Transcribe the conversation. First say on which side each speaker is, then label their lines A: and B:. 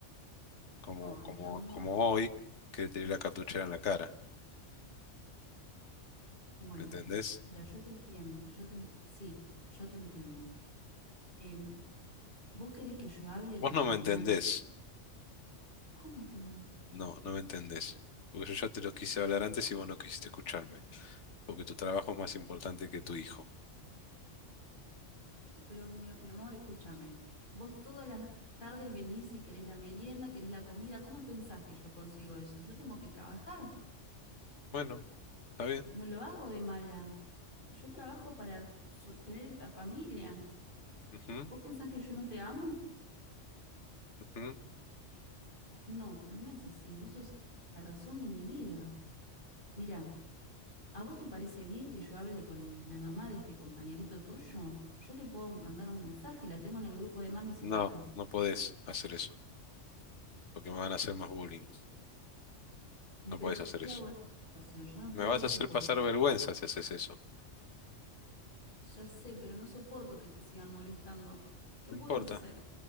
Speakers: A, on the left; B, on the left.
A: como,
B: Ay,
A: como,
B: mi amor.
A: como hoy, que le tiré la cartuchera en la cara.
B: Bueno,
A: ¿Me entendés?
B: mira, yo te entiendo, yo te ent- sí, yo te entiendo. Em, ¿vos querés que yo hable con
A: Vos no
B: la
A: me
B: mamá
A: entendés.
B: de... ¿Cómo que no?
A: No, no me entendés. Porque yo ya te lo quise hablar antes y vos no quisiste escucharme. Porque tu trabajo es más importante que tu hijo.
B: Pero mi, mi amor, escúchame, vos todas las tardes venís y querés la merienda, querés la comida, ¿cómo pensás que yo consigo eso? Yo tengo que trabajar,
A: Bueno, está bien.
B: no lo hago de mala. Yo trabajo para sostener esta familia.
A: Ujú,
B: ¿Vos pensás que yo no te amo?
A: ujú.
B: No, pero no es así, vos sos la razón de mi vida. Mira, ¿a vos te parece bien que yo hable con la mamá de este compañerito tuyo? Yo le puedo mandar un mensaje, la tengo en el grupo de mamis
A: No,
B: y papis.
A: no podés hacer eso. Porque me van a hacer más bullying.
B: ¿Y
A: No
B: pero
A: podés hacer
B: qué
A: eso.
B: hago en esta situación? Yo no
A: Me
B: puedo
A: vas
B: soportar
A: a hacer pasar vergüenza si haces eso.
B: Ya sé, pero no soporto que te sigan molestando. ¿Qué
A: No
B: puedo
A: importa.
B: hacer?